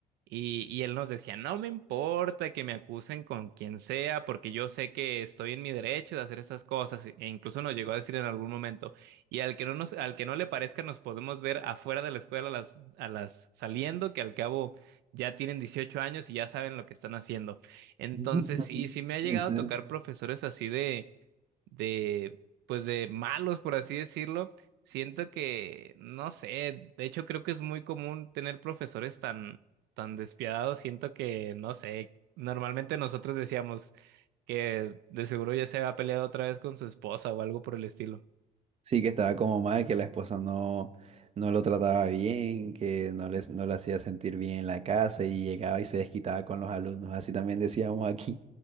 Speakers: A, on the right; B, on the right.
A: Y, y él nos decía, no me importa que me acusen con quien sea, porque yo sé que estoy en mi derecho de hacer estas cosas. E incluso nos llegó a decir en algún momento, y al que no nos, al que no le parezca, nos podemos ver afuera de la escuela a las, a las saliendo, que al cabo ya tienen 18 años y ya saben lo que están haciendo. Entonces,
B: <laughs>
A: sí, sí me ha llegado
B: ¿En serio?
A: a tocar profesores así de, de, pues de malos, por así decirlo. Siento que, no sé, de hecho creo que es muy común tener profesores tan tan despiadado, siento que, no sé, normalmente nosotros decíamos que de seguro ya se había peleado otra vez con su esposa o algo por el estilo.
B: Sí, que estaba como mal, que la esposa no, no lo trataba bien, que no les, no le hacía sentir bien en la casa y llegaba y se desquitaba con los alumnos. Así también decíamos aquí,